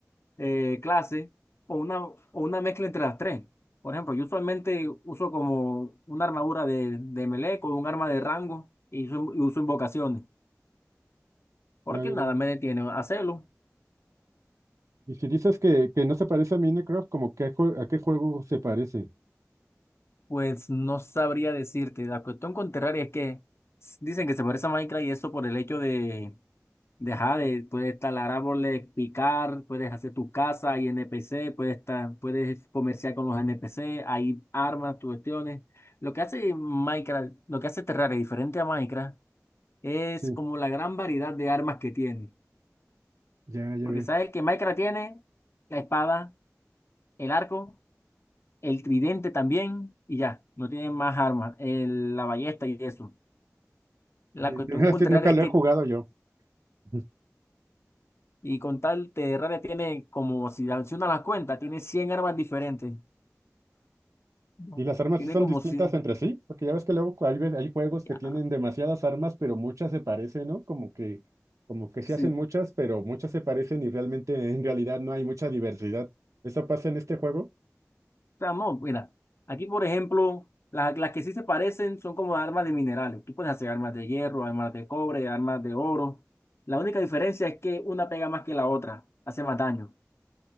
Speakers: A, on the left; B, on the right.
A: eh, clase o una, o una mezcla entre las tres. Por ejemplo, yo usualmente uso como una armadura de, de melee con un arma de rango y uso, y uso invocaciones, porque
B: Ya, ya,
A: nada
B: ya.
A: me detiene a hacerlo.
B: Y si dices que, que no se parece a Minecraft, ¿como qué jue- a qué juego se parece?
A: Pues no sabría decirte. La cuestión con Terraria es que s- dicen que se parece a Minecraft y eso por el hecho de dejar de, ajá, de- puedes talar árboles, picar, puedes hacer tu casa, hay NPC, puedes, ta- puedes comerciar con los NPC, hay armas, tus cuestiones. Lo que hace Minecraft, lo que hace Terraria diferente a Minecraft es
B: Sí,
A: como la gran variedad de armas que tiene.
B: ya, ya
A: Porque
B: veo.
A: sabes que Minecraft tiene la espada, el arco, el tridente también y ya, no tiene más armas, el- la ballesta y eso. La
B: Y
A: cuestión
B: Te voy a decir,
A: contraria
B: nunca
A: es
B: lo
A: que,
B: he jugado yo. Ujú.
A: y con tal Terraria tiene como, si una las cuentas, tiene 100 armas diferentes. No.
B: ¿Y las armas
A: Tiene
B: sí son
A: como
B: distintas
A: si,
B: entre sí? Porque ya ves que luego hay, ve- hay juegos
A: ya,
B: que tienen demasiadas armas, pero muchas se parecen, ¿no? Como que, como que se
A: sí.
B: hacen muchas, pero muchas se parecen y realmente en realidad no hay mucha diversidad. ¿Eso pasa en este juego?
A: O sea, no, mira, aquí por ejemplo, la- las que sí se parecen son como armas de minerales. Tú puedes hacer armas de hierro, armas de cobre, armas de oro. La única diferencia es que una pega más que la otra, hace más daño.